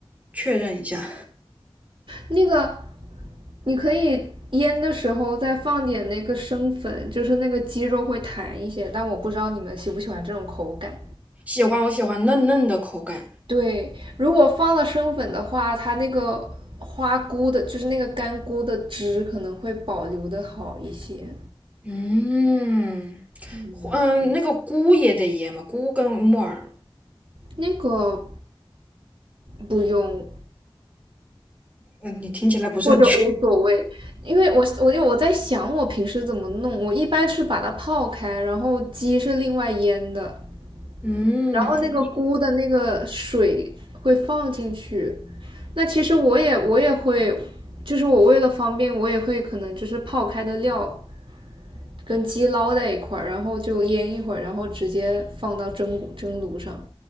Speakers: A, on the right; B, on the right.
A: 确认一下，
B: 那个你可以腌的时候再放点那个生粉，就是那个鸡肉会弹一些，但我不知道你们喜不喜欢这种口感。
A: 喜欢我喜欢嫩嫩的口感。
B: 对，如果放了生粉的话，它那个花菇的，就是那个干菇的汁可能会保留的好一些。
A: 嗯，
B: 嗯，
A: 胡嗯，那个菇也得腌嘛，菇跟木耳，
B: 那个不用，
A: 嗯，你听起来不是很全。
B: 或者无所谓，因为我我就我在想我平时怎么弄，我一般是把它泡开，然后鸡是另外腌的，
A: <laughs> 嗯，
B: 然后那个菇的那个水会放进去。那其实我也我也会，就是我为了方便，我也会可能就是泡开的料跟鸡捞在一块儿，然后就腌一会儿，然后直接放到蒸蒸炉上。